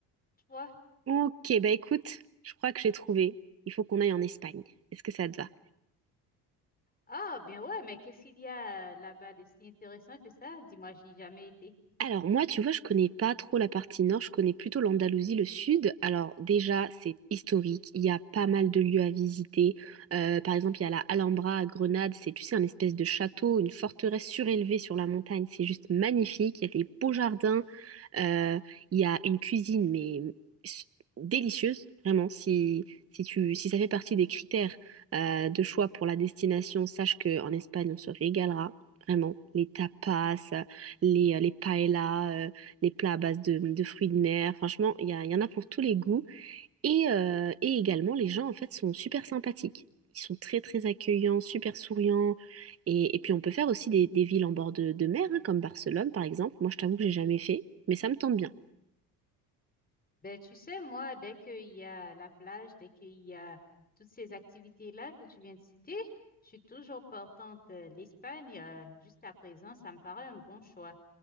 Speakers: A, on the left (about 20°); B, on the right (about 30°).
A: tu vois.
B: Ok, bah écoute, je crois que j'ai trouvé. Il faut qu'on aille en Espagne. Est-ce que ça te va?
A: Ah, bien ouais, mais qu'est-ce qu'il y a euh, là-bas de si intéressant que ça? Dis-moi, j'y ai jamais été.
B: Alors moi, tu vois, je connais pas trop la partie nord, je connais plutôt l'Andalousie, le sud. Alors déjà, c'est historique, il y a pas mal de lieux à visiter. Euh, par exemple, il y a la Alhambra à Grenade, c'est, tu sais, un espèce de château, une forteresse surélevée sur la montagne, c'est juste magnifique, il y a des beaux jardins, euh, il y a une cuisine, mais s- délicieuse, vraiment, si... Si tu, si ça fait partie des critères euh, de choix pour la destination, sache qu'en Espagne, on se régalera, vraiment. Les tapas, euh, les, euh, les paellas, euh, les plats à base de, de fruits de mer. Franchement, il y a- il y en a pour tous les goûts. Et, euh, et également, les gens, en fait, sont super sympathiques. Ils sont très, très accueillants, super souriants. Et, et puis, on peut faire aussi des, des villes en bord de, de mer, hein, comme Barcelone, par exemple. Moi, je t'avoue que j'ai jamais fait, mais ça me tente bien.
A: Ben, tu sais, moi, dès qu'il y a la plage, dès qu'il y a toutes ces activités-là que tu viens de citer, je suis toujours portante. euh, L'Espagne, euh, jusqu'à présent, ça me paraît un bon choix.